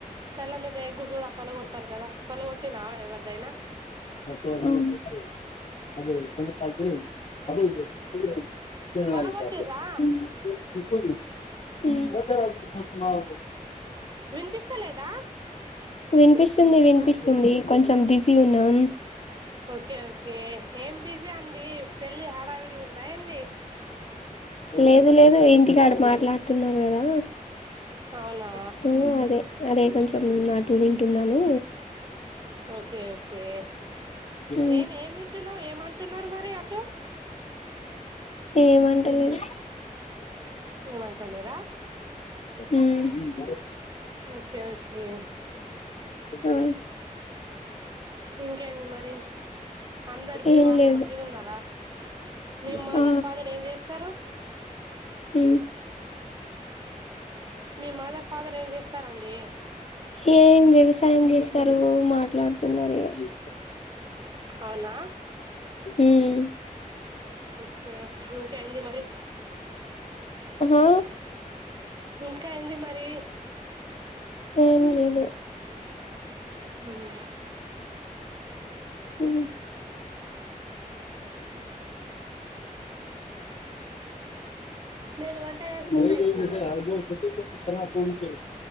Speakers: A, on the right (about 30°); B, on the left (about 50°).
A: తెల్ల మీద ఎగ్ కూడా పలగొడతారు కదా పలగొట్టినా ఎవరిదైనా
B: అమ్ మ్మ్
A: పలగొట్టిర్రా
B: హ్మ్
A: వినిపిస్తలేదా
B: వినిపిస్తుంది వినిపిస్తుంది కొంచెం బిజీ ఉన్నాం
A: ఓకే ఓకే ఏం బిజీ అండి పెళ్లి హడావిడిగా ఉందా ఏంది
B: లేదు లేదు ఇంటికాడ మాట్లాడుతున్నారు కదా
A: అవునా
B: సో అదే అదే కొంచెం అటు వింటున్నాను
A: ఓకే ఒ కే
B: ఉమ్
A: ఏం ఏం వింటున్నావు ఏమంటున్నారు మరి అటు
B: ఏమంటలేదు
A: ఏమంటలేరా
B: మ్మ్ హ్మ్
A: ఓకే ఓకే
B: ఆ
A: ఇంకేంది మరి అందరు మీ
B: ఏం
A: వాళ్ళు
B: లేదు
A: మంచిగున్నారా మీ
B: ఆ
A: మదర్ ఫాదర్ ఏం చేస్తారు
B: హ్మ్
A: మీ మదర్ ఫాదర్ ఏం చేస్తారండి
B: ఏం వ్యవసాయం చేస్తారు మాట్లాడుతున్నారు ఇగ
A: అవునా
B: ఉమ్
A: ఓకే ఇంకేంది మరి
B: హా
A: ఇంకా ఏంది మరి
B: ఏం లేదు
A: హ్మ్
B: హ్మ్
A: నేను వంట చేస్తున్నా
B: <unintelligible>
A: ఇప్పుడు